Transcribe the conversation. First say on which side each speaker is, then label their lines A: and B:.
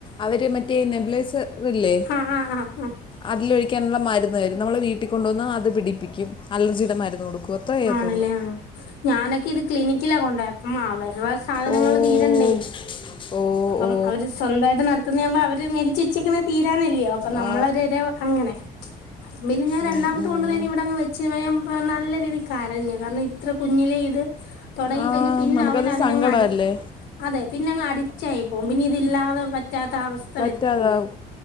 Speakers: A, on the left; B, on the left.
A: അവര് മറ്റേ നെബുലൈസ് ല്ലേ
B: ആഹ് ആഹ് ആഹ് ആഹ്
A: അതിലൊഴി ക്കാനുള്ള മരുന്ന്തരും നമ്മള് വീട്ടി കൊണ്ടു വന്ന് അത് പിടിപ്പിക്കും അലർജിയുടെ മരുന്ന് കൊടുക്കും അത്രേ ചെയ്യത്തുള്ളൂ
B: ആണല്ലേ ആ ഞാനൊക്കെ ഇത് ക്ലിനിക്കിലാ കൊണ്ട മാള് അവരക സാധനങ്ങള്
A: ഓ
B: തീരണ്ടേ
A: ഓ
B: അപ്പം
A: ഓ
B: അവര് സ്വന്തായിട്ട് നടത്തുന്ന ആവുമ്പം മേടിച്ചു വച്ചേക്കുന്ന തീ ഇല്ലിയോ അപ്പ നമ്മളരെ
A: ആ
B: അങ്ങനെ പിന്നെ ഞാൻ
A: ഉം,
B: രണ്ടാമത്തെ
A: ഉം.
B: കൊണ്ട് തന്നെ ഇവിടെങ് വെച്ച് ആഹ് നല്ല രീതി കരഞ്ഞ് കാരണം ഇത്ര കുഞ്ഞിലെ ഇത് തുടങ്ങി
A: ആ
B: കഴിഞ്ഞ പിന്നെ
A: നമുക്കത്
B: അവൻ അതിനങ്ങ്
A: സങ്കടമല്ലേ
B: അടി അതെ പിന്നെ അങ്ങ് അടിക്റ്റായി മ്പിനിതില്ലാതെ പറ്റ പറ്റാത്ത അവസ്ഥ
A: പറ്റാതാവും
B: വരത്തില്ല